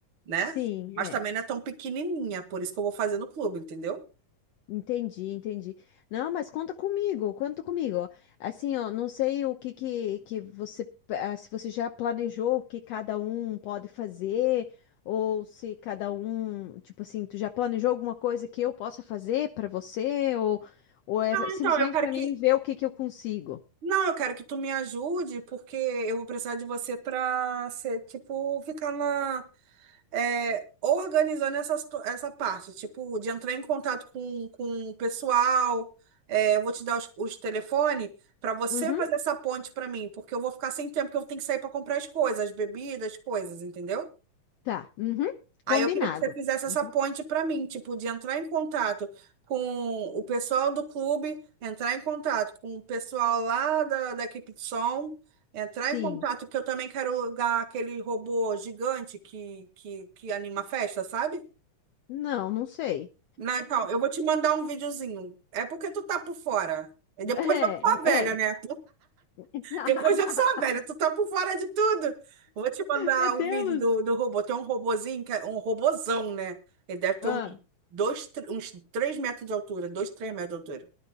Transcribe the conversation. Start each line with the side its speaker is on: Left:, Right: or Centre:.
Right: né?
Left: Sim,
Right: Mas
Left: é.
Right: também não é tão pequenininha, por isso que eu vou fazer no clube, entendeu?
Left: Entendi, entendi. Não, mas conta comigo, conta comigo. Assim, ó, não sei o que que, que você, ah, se você já planejou o que cada um pode fazer, ou se cada um, tipo assim, tu já planejou alguma coisa que eu possa fazer para você, ou, ou é
Right: Não,
Left: simplesmente
Right: Então, eu quero
Left: para
Right: que
Left: mim ver o que que eu consigo.
Right: Não, eu quero que tu me ajude, porque eu vou precisar de você para ser, tipo, ficar na, é, organizando essa, situ- essa parte, tipo, de entrar em contato com, com o pessoal. É, eu vou te dar os, os telefones para você
Left: Uhum,
Right: fazer essa ponte para mim, porque eu vou ficar sem tempo, porque eu tenho que sair para comprar as coisas, as bebidas, as coisas, entendeu?
Left: tá. Uhum, combinado.
Right: Aí eu queria que você fizesse essa
Left: Uhum.
Right: ponte para mim, tipo, de entrar em contato com o pessoal do clube, entrar em contato com o pessoal lá da, da equipe de som, entrar
Left: Sim.
Right: em contato, porque eu também quero alugar aquele robô gigante que, que, que anima a festa, sabe?
Left: Não, não sei.
Right: Não, então, eu vou te mandar um videozinho. É porque tu tá por fora. E depois
Left: <laughs> É,
Right: eu sou a velha,
Left: é.
Right: né?
Left: <laughs>
Right: Depois eu sou a velha, tu tá por fora de tudo. Vou te mandar
Left: Meu
Right: o
Left: Deus!
Right: vídeo do, do robô. Tem um robozinho, que é um robozão, né? Ele deve ter
Left: Ah,
Right: uns, dois, tr- uns três metros de altura, dois, três metros de altura.